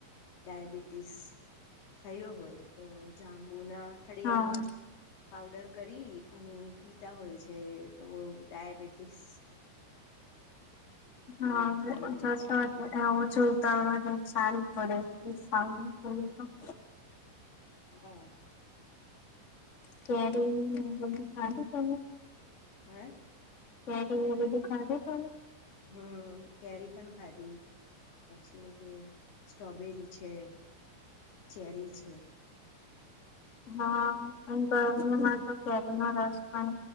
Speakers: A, on the left (about 60°); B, on the left (about 25°).
A: ડાયાબિટીસ થયો હોય, તો જાંબુનાઠળિયાનું.
B: હા
A: પઉડર કરી અને પીતા હોય છે, તો ડાયાબિટીસ.
B: હા,
A: માં સારું
B: જતો
A: રે છે
B: એ ઓછું ઉતાારવા સારું પડે. એ સા તો.
A: હા.
B: ત્યારેુંધું ખાધું પ.
A: હા
B: ત્યારે, બધું ખાધે ખું.
A: હમ, ક્યારે પણ ખાધી પછી. સ્ટ્રોબેરી છે, ચેરી છે.
B: હા, અને ગરમીમાં તો કેરી નો રસ પણ.